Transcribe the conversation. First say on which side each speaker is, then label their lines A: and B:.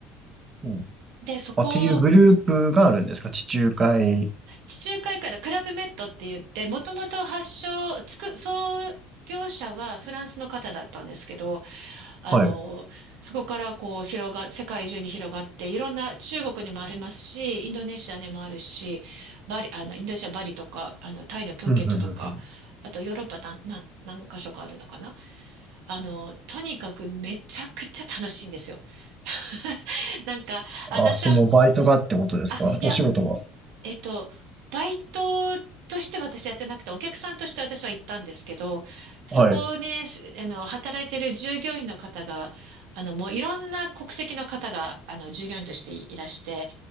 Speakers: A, on the right; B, on the right.
A: うん。
B: で、そこ
A: あ、っていうグループがあるんですか地中海。
B: 地中海からクラブメットって言って、もともと発祥、つく、創業者はフランスの方だったんですけど、あの、
A: はい。う
B: そこからこう広が、世界中に広がって、いろんな中国にもありますし、インドネシアにもあるし、バリ、あの、インドネシアバリとか、あの、タイのプーケットとか、
A: ん、うん、うん、うん。
B: あとヨーロッパ何、なん何箇所かあるのかな。あの、とにかくめちゃくちゃ楽しいんですよ。<laughs> なんか、
A: あ、
B: 私は、
A: そのバイトがってことですかお仕事が。
B: あ、いや、えっと、バイトとして私やってなくて、お客さんとして私は行ったんですけど、そこね、
A: はい。
B: しあの、働いてる従業員の方が、あの、もういろんな国籍の方が、あの、従業員としていらして、